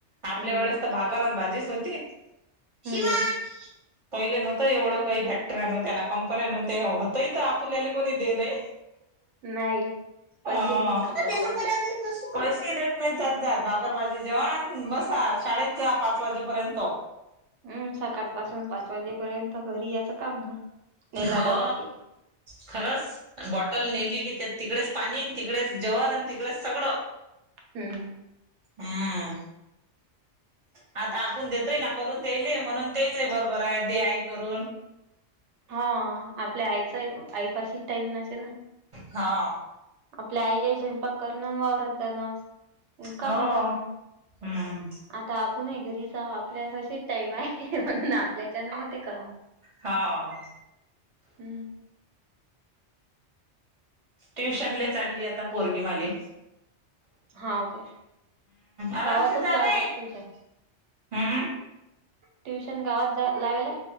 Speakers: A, on the right; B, on the right.
A: आपल्या
B: हम्म.
A: वेळेस तर भात करण भाजीच होती
B: हम्म.
A: शीवाण पहिले नव्हतं एवढं काही फॅक्टर नव्हत्या ना कंपन्या न होतही आपल्याले कोणी दे नाही.
B: नाही. पैसे
A: होव
B: नाही सापडत
A: देना
B: जात.
A: मला आजून से देत नाही जात जात <inaudible> <unintelligible> गरवाजी जेवाण बसा शाळेत जा पाच वाजेपर्यंत.
B: हम् सकाळ पासून पाच वाजेपर्यंत घरी याचं काम नाही. नेला
A: हो
B: डबा की.
A: खरंच बॉटल नेली की तिकडेच पाणी तिकडेच जेवण आणि तिकडेच सगड.
B: हम्म.
A: हम्म. आता आपण देतोय ना करून तेयले म्हणून तेच आहे बरोबर आहे दे आई करून.
B: हा आपल्या आईच आईपाशी टाईम नसे ना
A: हा.
B: आपल्या आईलाही स्वयंपाक करण अन <unintelligible> जाणं अन काम
A: हो
B: करणं
A: हम्म
B: आता आपण आहे घरी जवा आपल्या पशी टाईम हाय. हे म्हणून आपल्याच्या ना म ते करणार
A: हो
B: हम् <unintelligible>
A: ट्युशनले चालली आता पोरगीमाली.
B: हा ओके
A: आरामशीर
B: गावातच
A: जा
B: लावाले
A: बाई.
B: का ट्यूशन?
A: हम्म.
B: ट्युशन गावात जा लावाला.